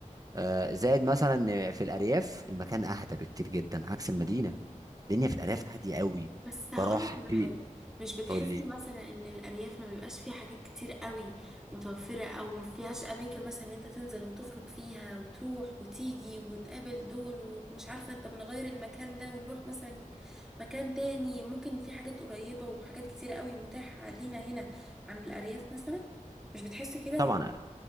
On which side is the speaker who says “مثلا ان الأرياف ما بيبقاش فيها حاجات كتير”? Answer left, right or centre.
Centre